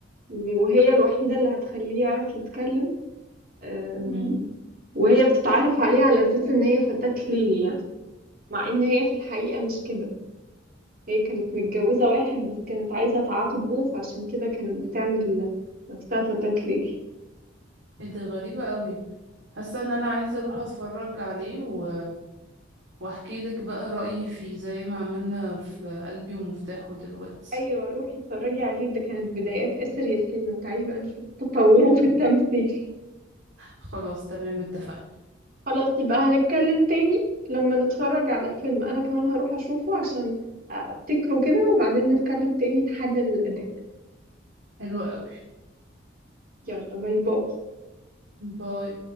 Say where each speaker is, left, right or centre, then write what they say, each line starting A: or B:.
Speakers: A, on the right; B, on the right.
A: وهي الوحيده اللي هتخليه يعرف يتكلم أم،
B: مم.
A: وهي بتتعرف عليه على اساس ان هي فتاة ليل يعني مع ان هي في الحقيقه مش كده هي كانت متجوزه واحد بس كانت عايزه تعاقبه فعشان كده كانت بتعمل نفسها فتاة ليل
B: ايه ده غريبه قوي حاسه ان انا عايزه اروح اتفرج عليه و... واحكي لك بقى رايي فيه زي ما عملنا في قلبي ومفتاحه دلوقتي
A: ايوه روحي اتفرجي عليه ده كانت بدايات آسر ياسين وتعالي بقى نشوف تطوره في التمثيل
B: خلاص تمام اتفقنا
A: خلاص يبقى هنتكلم تاني لما نتفرج على فيلم انا كمان هروح اشوفه عشان افتكره كده وبعدين نتكلم تاني نحلل الاداء
B: حلو قوي
A: يلا باي باي
B: باي